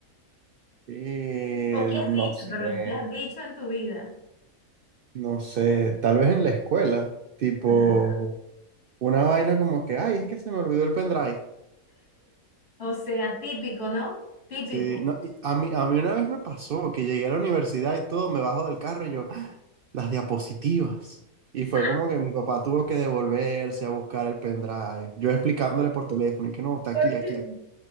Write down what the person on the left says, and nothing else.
O que
has dicho,
perdón, que has dicho en tu vida.
Ajá.
O sea, típico, ¿no? Típico.
<laughs>
¿Por
qué?